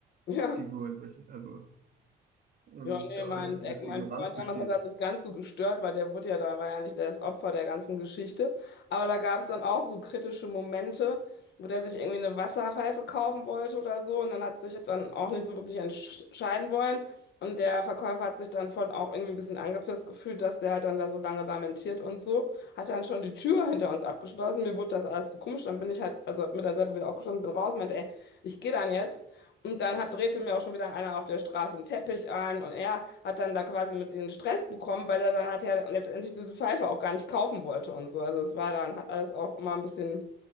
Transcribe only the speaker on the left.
ja.
Ja, nee,
mein,
äh, mein
Freund
damals hat das nicht ganz so gestört, weil der wurde ja da, war ja nicht das Opfer der ganzen Geschichte. Aber da gab es dann auch so kritische Momente, wo der sich irgendwie eine Wasserpfeife kaufen wollte oder so. Und dann hat sich das dann auch nicht so wirklich entsch- entscheiden wollen. Und der Verkäufer hat sich dann von auch irgendwie ein bisschen angepisst gefühlt, dass der halt dann da so lange lamentiert und so. Hat dann schon die Tür hinter uns abgeschlossen. Mir wurde das alles zu komisch. Dann bin ich halt, also hab mir dann selber wieder aufgeschlossen, bin raus, meinte, ey, ich gehe dann jetzt. Und dann hat, drehte mir auch schon wieder einer auf der Straße einen Teppich an und er hat dann da quasi mit den Stress bekommen, weil er dann hat ja letztendlich diese Pfeife auch gar nicht kaufen wollte und so. Also es war dann, hat alles auch immer ein bisschen